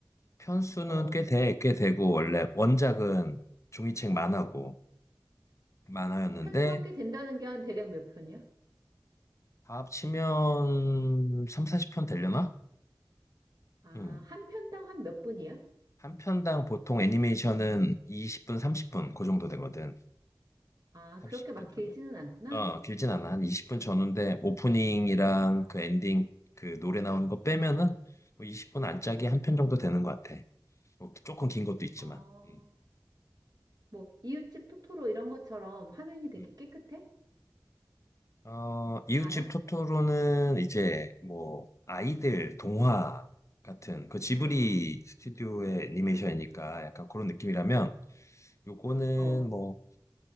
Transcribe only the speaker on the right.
어,
편수가 꽤 된다는 게 한 대략 몇 편이야?
아,
한 편당 한 몇 분이야?
아,
그렇게 막
길지는 않구나.
아,
어,
뭐 이웃집 토토로 이런 것처럼 화면이 되게
깨끗해?
많아?
음,
어.